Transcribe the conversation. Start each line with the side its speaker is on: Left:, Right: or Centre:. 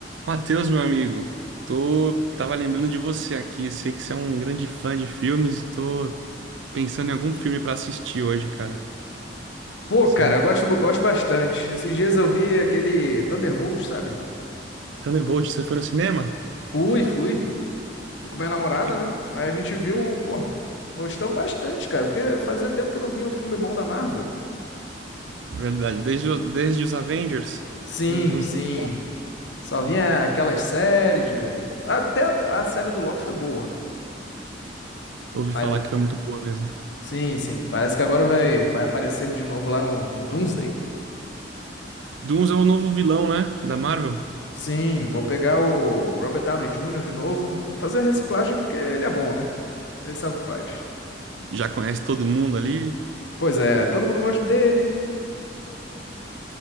Right: Matheus, meu amigo, tô tava lembrando de você aqui. Sei que você é um grande fã de filmes e tô pensando em algum filme pra assistir hoje, cara.
Left: Pô,
Right: Você
Left: cara, eu gosto, eu gosto bastante. Esses dias eu vi aquele Thunderbolt, sabe?
Right: Thunderbolt, você foi no cinema?
Left: Fui, fui. Fui com minha namorada,
Right: Que- legal.
Left: né? Aí a gente viu, pô, gostamos bastante, cara, porque fazia tempo que não vinha um filme bom da Marvel.
Right: Verdade. Desde, o- desde os Avengers,
Left: Sim,
Right: não vi um
Left: sim.
Right: filme bom.
Left: Só vinha aquelas séries de. Até a, a série do Loki foi boa.
Right: Eu ouvi
Left: Mas,
Right: falar que foi muito boa mesmo.
Left: sim, sim. Parece que agora vai, vai aparecer ele de novo lá no, no Doomsday.
Right: Doomsday é o novo vilão, né, da Marvel.
Left: Sim, vou pegar o Robert Downey Jr. de novo. Vou fazer a reciclagem porque ele é bom, né? Ele sabe o que faz.
Right: Já conhece todo mundo ali.
Left: Pois é, todo mundo gosta dele.